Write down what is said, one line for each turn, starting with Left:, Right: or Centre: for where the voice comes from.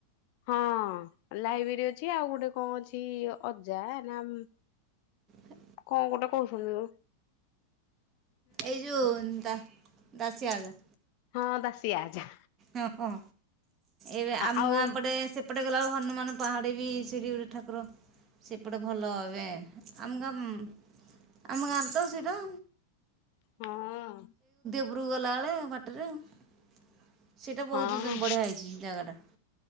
Left: ହଁ ଲାଇବ୍ରେରୀ ଅଛି ଆଉ ଗୋଟେ କଣ ଅଛି ଅଜା ନା ମ୍
Right: ହ
Left: କଣ ଗୋଟେ କହୁସନ୍ତି ଆଉ।
Right: ଏଇ ଯୋଉ ଦା ଦାସିଆ କା
Left: ହଁ ଦସିଆ ଆଜା।
Right: ତ ଅଁ ଏବେ ଆମ
Left: ଆଉ
Right: ଗାଁ ପଟେ ସେ ଏପଟେ ଗଲାବେଳେ ହନୁମାନ ପାହାଡେ ବି ସେବି ଗୋଟେ ଠାକୁର ସେପଟେ ଭଲ ଏବେ ଆମ ଗା ଆମ ଗାଁରେ ତ ସେଇତ
Left: ହଁଅ।
Right: ଓପର କୁ ଗଲାବେଳେ ବାଟରେ <inaudible> ସେଇଟା ବହୁତ
Left: ହଁ
Right: ବଢିଆ ହେଇଛି ଜାଗାଟା।